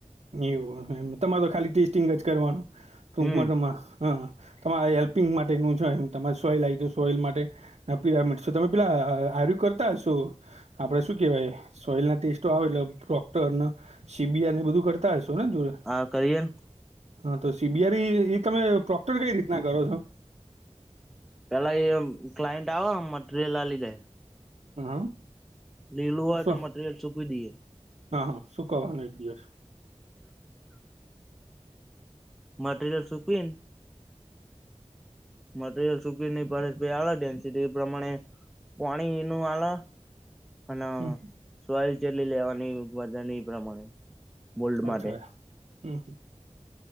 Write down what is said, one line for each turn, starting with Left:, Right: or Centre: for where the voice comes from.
Right: એવું <unintelligible> તમારે તો ખાલી ટેસ્ટિંગ જ કરવાનું. <unintelligible>
Centre: હમ
Right: હા, હા. તમારે હેલ્પિંગ માટેનું છે એમ, તમારે સોઈ લાઈ દયો, તો સોઈલ માટે <unintelligible> તમે પહેલા આર્યું કરતા હશો? આપણે શું કહેવાય? સોઈલ ના ટેસ્ટો આવે એટલે ડોક્ટરન સી બી આરને ઈ બધું કરત તા હશોને જોડે?
Centre: હા, કરીએન.
Right: હા. તો સી બી આર ઈ-ઈ તમે પ્રોક્ટર કંઈ રીતના કરો છો?
Centre: પહેલા એમ ક્લાયન્ટ આવે, મટીરિયલ આલી જાય.
Right: હા.
Centre: લીલું હોય
Right: શું
Centre: તો મટીરિયલ સુકવી દઈએ.
Right: હા હા સુકવવાનો એક દિવસ
Centre: મટિરીયલ સૂકવીન મટીરિયલ સૂકવી ને <unintelligible> ડેન્સિટી પ્રમાણે પાણીનું આલા. અને
Right: હમ
Centre: સોઈ જેટલી લેવાની, વજન ઈ પ્રમાણે. મોલ્ડ
Right: અચ્છા
Centre: માટે
Right: હે. હમ્મ.